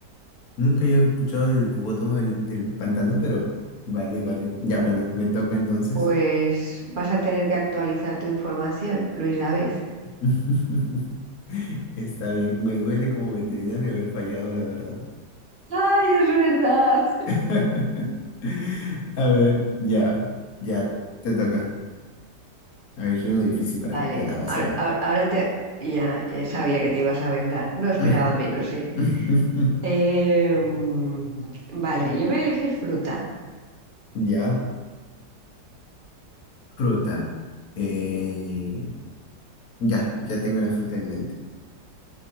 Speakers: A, on the left; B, on the right.
A: Nunca yo he escuchado del hipopótamo del, del pantano, pero vale, vale. Ya bueno, me toca entonces.
B: Pues vas a tener que actualizar tu información, Luis David.
A: <laughs> Está bien, me duele como veterinario haber fallado, la verdad.
B: ¡Ay, es verdad!
A: <laughs> A ver, ya, ya, te toca. A ver, elegí uno difícil para
B: Vale,
A: que pierdas, vas
B: ahora,
A: a ver.
B: ahora- ahora te... Ya, eh, sabía que te ibas a vengar. No esperaba
A: <clears throat>
B: menos, ¿eh?
A: <laughs>
B: Eh, mm, vale, yo voy a elegir fruta.
A: Ya, fruta. Eh, ya, ya tengo la fruta en mente.